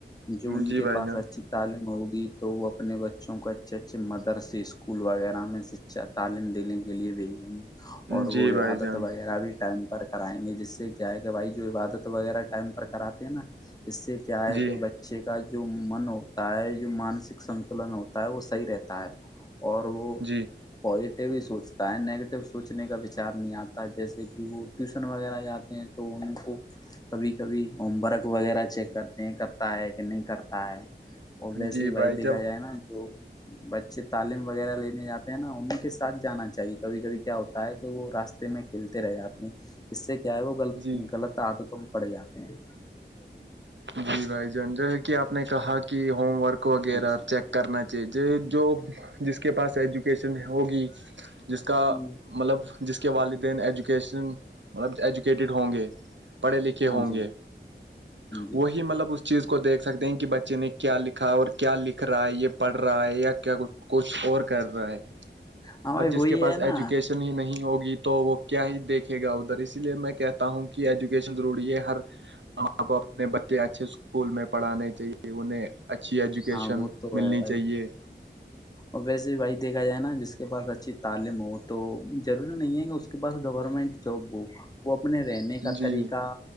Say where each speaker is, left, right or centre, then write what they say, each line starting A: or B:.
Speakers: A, on the left; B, on the right.
A: جو ان
B: جی
A: کے
B: بھائی
A: پاس
B: جان
A: اچھی تعلیم ہوگی تو وہ اپنے بچوں کو اچھے اچھے مدرسے اسکول وغیرہ میں سے چات تعلیم دینے کے لیے بھیجیں گے اور
B: جی
A: وہ عبادت
B: بھائی جان
A: وغیرہ بھی ٹائم پر کرائیں گے جس سے کیا ہے کہ بھائی جو عبادت وغیرہ ٹائم پر کراتے ہیں نا اس سے کیا ہے
B: جی
A: کہ بچے بچے کا جو من ہوتا ہے جو مانسک سنتلن ہوتا ہے وہ صحیح رہتا ہے اور وہ
B: جی
A: پازیٹیو ہی سوچتا ہے نگیٹو سوچنے کا وچار نہیں آتا جیسے کہ وہ ٹیوشن وغیرہ جاتے ہیں تو ان کو کبھی کبھی ہوم ورک وغیرہ چیک کرتے ہیں کرتا ہے کہ نہیں کرتا ہے ابوس
B: جی
A: ہی بائی
B: بھائی
A: دیکھا
B: جب
A: جائے نا جو بچے تعلیم وغیرہ لینے جاتے ہیں نا انیں کے ساتھ جانا چاہیے کبھی کبھی ہوتا ہے کہ وہ راستے میں کھیلتے رہ جاتے ہیں اس سے کیا ہے وہ غلط
B: جی
A: غلط تعدتم پڑ جاتے ہیں اوکے
B: جی بھائی جان جو ہے کہ آپ نے کہا کہ ہوم ورک وغیرہ
A: ہاں جی
B: چیک کرنا چاہیے جو جس کے پاس ایجوکیشن ہوگی جس کا
A: ہ
B: مطلب جس کے والدین ایجوکیشن مطلب ایجوکیٹیڈ ہوں گے پڑھے لکھے
A: ہاں
B: ہوں
A: جی
B: گے
A: ہاں جی
B: وہی مطلب اس چیز کو دیکھ سکتے ہیں کہ بچے نے کیا لکھا اور کیا لکھ رہا ہے یہ پڑھ رہا ہے یا کیا کچھ کچھ اور کر رہا ہے
A: ہاں بھائی
B: اب جس
A: وہی
B: کے پاس
A: ہے نا
B: ایجوکیشن ہی نہیں ہوگی تو وہ کیا ہی دیکھے گا ادھر اسی لیے میں کہتا ہوں کہ ایجوکیشن ضروری ہے ہر آ کو اپنے بچے اچھے اسکول میں پڑھانے چاہیے انہیں اچھی ایجوکیشن
A: ہاں وہ تو
B: ملنی
A: ہے بھائی
B: چاہیے
A: اور ویسے بھائی دیکھا جائے نا جس کے پاس اچھی تعلیم ہو تو ضروری نہیں ہے کہ اس کے پاس گورنمنٹ توبو وہ اپنے رہنے کا
B: جی
A: طریقہ